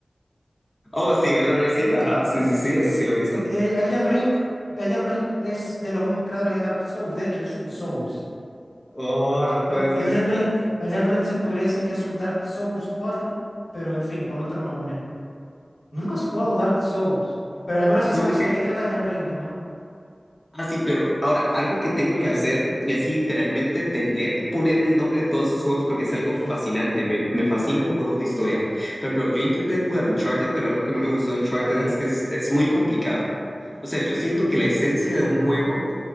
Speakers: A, on the left (about 20°); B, on the left (about 80°).
A: Oh, sí, Elden Ring, sí, ajá, sí, sí, sí, eso sí lo he visto.
B: El Elden Ring, Elden Ring es de los mismos creadores de Dark Souls. De hecho, es un Souls.
A: Oh, no
B: El-
A: puede
B: Elden
A: ser.
B: Ring, Elden Ring se podría decir que es un Dark Souls 4, pero en fin, con otro nombre. Nunca has jugado Dark Souls, pero al menos si
A: Nunca.
B: sabes de qué trata Elden Ring, ¿no?
A: Ah, sí, pero ahora, algo que tengo que hacer es literalmente tendría que poner el nombre de todos estos juegos porque es algo fascinante. Me, me fascinan los juegos de historia. Por ejemplo, yo intenté jugar Uncharted, pero algo que no me gustó de Uncharted
B: Dale.
A: es que es, es muy complicado. O sea, yo siento que la esencia de un juego